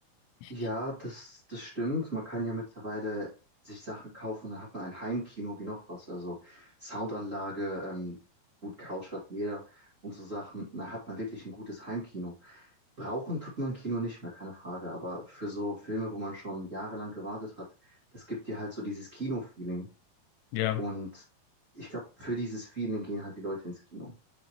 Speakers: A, on the left (about 85°); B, on the right (about 25°).
A: ich,
B: Ja,
A: ich-
B: das, das stimmt. Man kann ja mittlerweile sich Sachen kaufen, dann hat man ein Heimkino wie noch was. Also Soundanlage, ähm, gut, Couch hat jeder und so Sachen. Dann hat man wirklich ein gutes Heimkino. Brauchen tut man Kino nicht mehr, keine Frage. Aber für so Filme, wo man schon jahrelang gewartet hat, das gibt dir halt so dieses Kino-Feeling.
A: ja.
B: Und ich glaube, für dieses Feeling gehen halt die Leute ins Kino.